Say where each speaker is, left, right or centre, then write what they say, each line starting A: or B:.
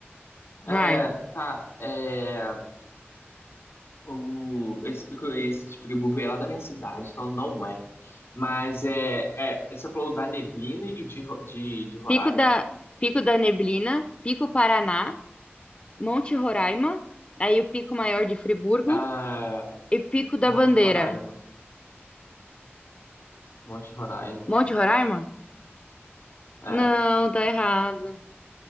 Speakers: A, on the left (about 30°); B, on the left (about 80°).
A: Vai.
B: É, tá, é, o, esse pico, esse tipo de Friburgo é lá da minha cidade, então não é. Mas é, é, você falou da Neblina e de, Ro- de, de Roraima?
A: Pico da Pico da Neblina, Pico Paraná, Monte Roraima, aí o Pico Maior de Friburgo
B: Ah,
A: e Pico da
B: Monte
A: Bandeira.
B: Roraima. Monte Roraima.
A: Monte Roraima?
B: É.
A: Não, tá errado.